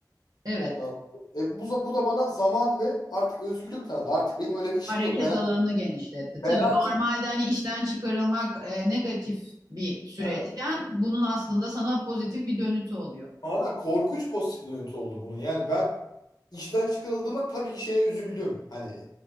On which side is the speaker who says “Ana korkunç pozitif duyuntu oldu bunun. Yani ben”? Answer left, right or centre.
Left